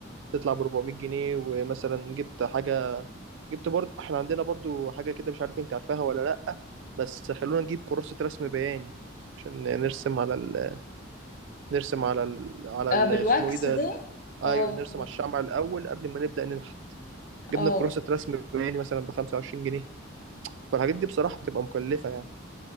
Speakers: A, on the right (about 65°); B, on the left (about 45°).
A: تطلع ب 400 جنيه ومثلا جبت حاجة جبت برضو احنا عندنا برضو حاجة كده مش عارف انت عارفاها ولا لأ بس خلونا نجيب كراسة رسم بياني عشان نرسم على ال... نرسم على ال... على
B: آه
A: ال...
B: بالواكس
A: اسمه ايه ده
B: ده
A: ال-
B: اه
A: ايوه نرسم على الشمع الأول قبل ما نبدأ ننحت
B: اه
A: جبنا
B: آه.
A: كراسة رسم بياني مثلا بخمسة وعشرين جنيه فالحاجات دي بصراحة بتبقى مكلفة يعني